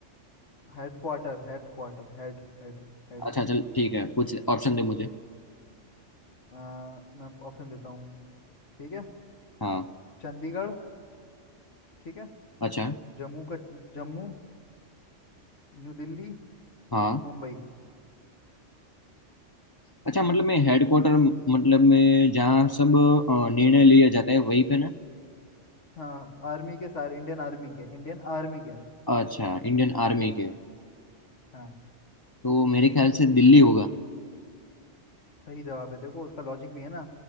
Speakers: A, on the left; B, on the left.
A: Headquarter headquarter head head head
B: अच्छा चल ठीक है पूछ ले, ऑप्शन दे मुझे
A: अ, मैं ऑप्शन देता हूँ ठीक है
B: हाँ
A: चंडीगढ़ ठीक है
B: अच्छा
A: जम्मू का जम्मू न्यू दिल्ली
B: हाँ
A: मुंबई
B: अच्छा मतलब मैं हेडक्वार्टर मतलब में जहाँ सब अ, निर्णय लिए जाते हैं वहीं पे ना
A: हाँ आर्मी के सारे इंडियन आर्मी के इंडियन आर्मी के
B: अच्छा इंडियन आर्मी के
A: हाँ
B: तो मेरे ख्याल से दिल्ली होगा
A: सही जवाब है देखो उसका लॉजिक भी है ना